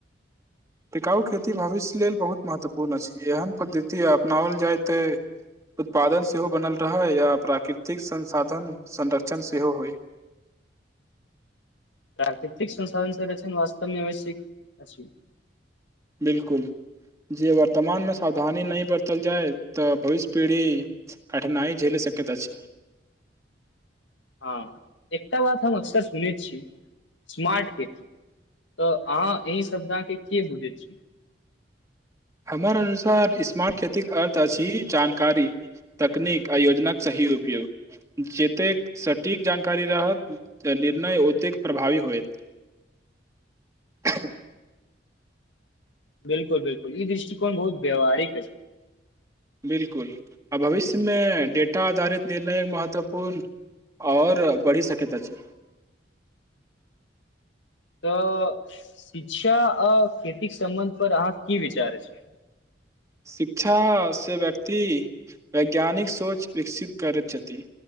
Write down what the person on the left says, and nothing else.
प्राकृतिक संसाधनक संरक्षण वास्तवमे बेसी अछि।
हँ एकटा बात हम अक्सर सुनैत छी, स्मार्ट खेती तऽ अहाँ एहि शब्द के की <unintelligible> बुझय छी।
बिल्कुल बिल्कुल ई दृष्टिकोण बहुत व्यवहारिक अछि।
तऽ शिक्षा आ खेतीक सम्बंध पर अहाँक की विचार अछि।